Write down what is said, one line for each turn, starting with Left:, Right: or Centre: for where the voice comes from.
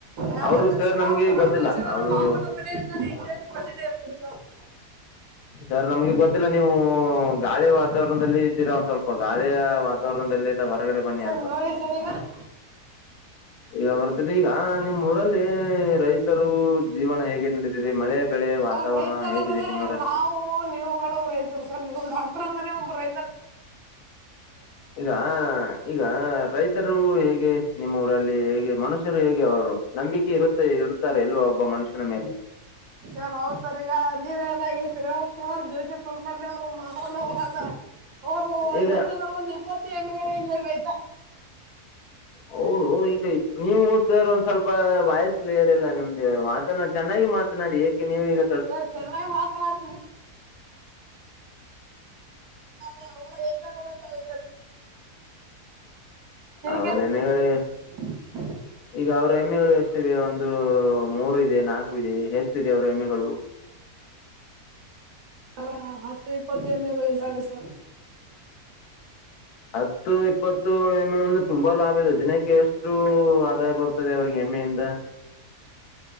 Right: ಯಾರಂದ್ರೆ
Left: ಅವರು ಸರ್
Right: ಶ್ರೀರಾಮ್
Left: ನಮ್ಗೆ
Right: ಕುಮಾರ್
Left: ಗೊತ್ತಿಲ್ಲ.
Right: ಜೋಶಿ ಅವರ
Left: ಅವ್ರು
Right: <unintelligible> <unintelligible>
Left: ಸರ್ ನಮ್ಗೆ ಗೊತ್ತಿಲ್ಲ ನೀವು ಗಾಳಿ ವಾತಾವರಣದಲ್ಲಿದ್ದೀರಾ ಒ ಸ್ವಲ್ಪ ಗಾಳಿಯ ವಾತಾವರಣದಲ್ಲಿ ಹೊರಗಡೆ ಬನ್ನಿ
Right: ಸರ್
Left: ಅಲ್ವಾ.
Right: ನೋಡಿ ಸರ್ ಈಗ
Left: ಇವಾಗ ಬರ್ತದ ಈಗ ನಿಮ್ಮ ಊರಲ್ಲಿ ರೈತರು ಜೀವನ ಹೇಗೆ ನಡ ಮಳೆ ಬೆಳೆ ವಾತಾವರಣ
Right: ಸರ್ ರೈತರ
Left: ಹೇಗಿದೆ
Right: ಅಂದ್ರೆ
Left: ನಿಮ್ಮರಲ್ಲ
Right: ನಾವು ನೀವುಗಳು ರೈತರು ಸರ್ ನೀವ ಡಾಕ್ಟರ್ ಅಂದ್ರೆ ಒಬ್ಬ ರೈ
Left: ಇದಾ ಈಗ ರೈತರು ಹೇಗೆ ನಿಮ್ಮ ಊರಲ್ಲಿ ಹೇಗೆ ಮನುಷ್ಯರು ಹೇಗೆ ಅವರು ನಂಬಿ. ಕೆ ಇರುತ್ತೆ ಇಡುತ್ತಾರ ಇಲ್ವಾ ಒಬ್ಬ ಮನುಷ್ಯನ ಮೇಲೆ.
Right: <inaudible> ಸರ್ ಹೌ ಸರ್ ಈಗ ನೀವ ಹೇಳದಾಗೆ ಶ್ರೀರಾಮ್ ಕುಮಾರ್ ಜೋಶಿ ಕುಲಕರ್ಣಿ ಅವರು ಮಹನವರಾದ ಓ
Left: ಈಗ
Right: ಎಮ್ಮೆಗಳ ಒಂದ ಇಪ್ಪತ್ತು ಎಮ್ಮೆಗಳ ಇಲ್ಲೇ ಮೆಯ್ತಾ.
Left: ಹೌದು ಈಗ ನೀವು ಸರ್ ಒಂದ ಸ್ವಲ್ಪ ವಾಯ್ಸ್ ಕ್ಲಿಯರ್ ಇಲ್ಲ ನಿಮ್ದ ಮಾತ ಚೆನ್ನಾಗಿ ಮಾತನಾಡಿ ಎ ಕೆ ನೀವೀಗ
Right: ಸರ್ ಚೆನ್ನ ಮಾತನಾಡ <unintelligible> ತಿರುಗಿ-
Left: ಹೋದೆನ ಹೇಳಿ.
Right: <inaudible>
Left: ಈಗ ಅವ್ರ ಹಎಮ್ಮೆಗಳು ಎಷ್ಟಿದೆ ಒಂದ ಮೂರ ಇದೆ ನಾಲ್ಕ ಇದೆ ಎಷ್ಟಿದೆ ಅವ್ರ ಹೆಮ್ಮೆಗಳು.
Right: ತವ ಹತ್ತ ಇಪ್ಪತ್ತ ಎಮ್ಮೆಗಳಿದ್ದಾವೆ ಸರ್.
Left: ಹತ್ತು ಇಪ್ಪತ್ತಳ ಎಮ್ಮೆ ಅಂದ ತುಂಬಾ ಲಾಭ ಇದೆ ದಿನಕ್ಕೆ ಎಷ್ಟು ಆದಾಯ ಬರ್ತದೆ ಅವ್ರಿಗೆ ಎಮ್ಮೆ ಇಂದ